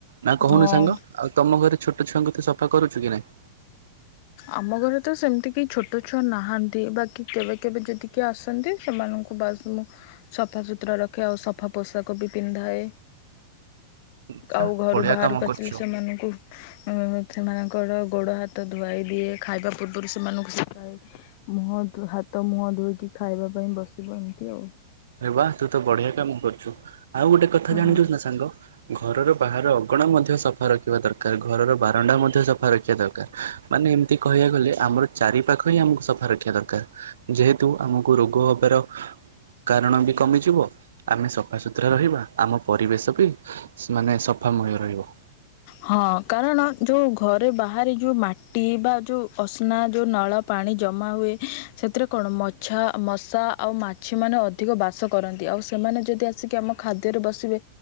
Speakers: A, on the right; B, on the left.
A: ନା କହୁନି
B: ହଁ
A: ସାଙ୍ଗ ଆଉ ତମ ଘରେ ଛୋଟ ଛୁଆଙ୍କୁ ତୁ ସଫା କରୁଛୁ କି ନାଇଁ?
B: ଆମ ଘରେ ତ ସେମିତି କେହି ଛୋଟ ଛୁଆ ନାହାଁନ୍ତି, ବାକି କେବେ, କେବେ ଯଦି କି ଆସନ୍ତି ସେମାନଙ୍କୁ ମୁଁ ସଫାସତୁରା ରଖେ, ଆଉ ସଫା ପୋଷାକ ବି ପିନ୍ଧାଏ।
A: ଆଚ୍ଛା
B: ଆଉ ଘରୁ
A: ବଢ଼ିଆ
B: ବାହାରକୁ
A: କାମ କରୁଛୁ।
B: ଆସିଲେ ସେମାନଙ୍କୁ ଅ ସେମାନଙ୍କର ଗୋଡ ହାତ ଧୁଆଇ ଦିଏ, ଖାଇବା ପୂର୍ବରୁ ସେମାନଙ୍କୁ ଶିଖାଏ ମୁହଁ ହାତ ମୁହଁ ଧୋଇକି ଖାଇବା ପାଇଁ ବସିବ ଏମିତି ଆଉ।
A: ଆରେ ବା ତୁ ତ ବଢିଆ କାମ କରୁଛୁ। ଆଉ ଗୋଟେ କଥା ଜାଣିଛୁ
B: ହଁ।
A: ନା ସାଙ୍ଗ? ଘରର ବାହାର ଅଗଣା ମଧ୍ୟ ସଫା ରଖିବା ଦରକାର। ଘରର ବାରଣ୍ଡା ମଧ୍ୟ ମଧ୍ୟ ସଫା ରଖିବା ଦରକାର। ମାନେ ଏମିତି କହିବାକୁ ଗଲେ ଆମର ଚାରି ପାଖ ହିଁ ଆମକୁ ସଫା ରଖିବା ଦରକାର। ଯେହେତୁ ଆମକୁ ରୋଗ ହବାର କାରଣ ବି କମିଯିବ ଆମେ ସଫାସତୁରା ରହିବା ଆମ ପରିବେଶ ବି ମାନେ ସଫାମୟ ରହିବ।
B: ହଁ କାରଣ ଯୋଉ ଘରେ ବାହାରି ଯୋଉ ମାଟି ବା ଯୋଉ ଅସ୍ନା ଯୋଉ ନଳ ପାଣି ଜମା ହୁଏ ସେଥିରେ କଣ ମଛା ମଶା ଆଉ ମାଛି ମାନେ ଅଧିକ ବାସ କରନ୍ତି। ଆଉ ସେମାନେ ଯଦି ଆସିକି ଆମ ଖାଦ୍ୟରେ ବସିବେ